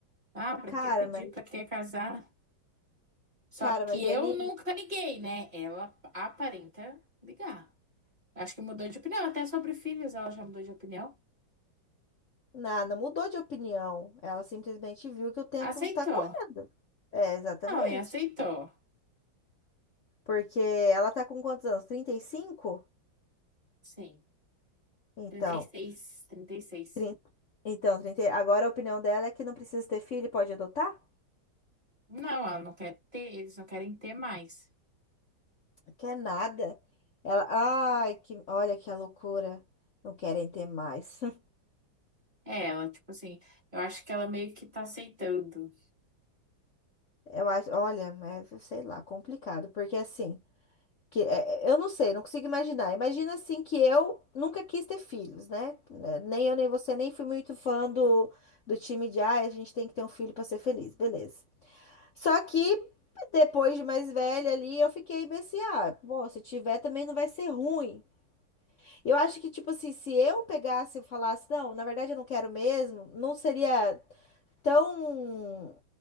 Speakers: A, on the right; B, on the left.
A: Ah, pra
B: Cara,
A: que pedir,
B: mas
A: pra que casar? Só
B: Cara, mas
A: que eu
B: ele
A: nunca liguei, né? Ela aparenta ligar. Acho que mudou de opinião. Até sobre filhos ela já mudou de opinião.
B: nada, mudou de opinião. Ela simplesmente viu que o tempo
A: Aceitou.
B: tá correndo. É, exatamente.
A: Não, e aceitou.
B: Porque ela tá com quantos anos? 35.
A: Sim.
B: Então,
A: 36, 36.
B: 30. então, 30, agora a opinião dela é que não precisa ter filho e pode adotar?
A: Não, ela não quer ter, eles não querem ter mais.
B: Quer nada. Ela, ai, que, olha que a loucura. Não querem ter mais. <laughs>
A: É, ela, tipo assim, eu acho que ela meio que tá aceitando.
B: Eu acho, olha, é, sei lá, complicado, porque assim, Que, é, é, eu não sei, não consigo imaginar. Imagina assim que eu nunca quis ter filhos, né? Né, Nem eu, nem você, nem fui muito fã do, do time de ai, a gente tem que ter um filho para ser feliz, beleza. Só que depois de mais velha ali, eu fiquei meio assim, ah, bom, se tiver também não vai ser ruim. Eu acho que, tipo assim, se eu pegasse e falasse, não, na verdade eu não quero mesmo, não seria tão,